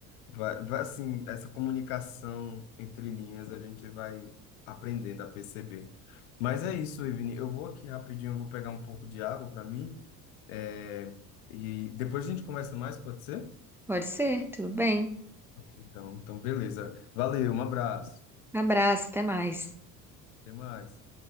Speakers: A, on the left; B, in the centre.
A: Vai, vai, assim, essa comunicação entre linhas a gente vai aprendendo a perceber. Mas é isso, Evine. Eu vou aqui rapidinho, eu vou pegar um pouco de água para mim. É, e depois a gente conversa mais, pode ser?
B: Pode ser, tudo bem.
A: Então, então, beleza. Valeu, um abraço.
B: Abraço, até mais.
A: Até mais.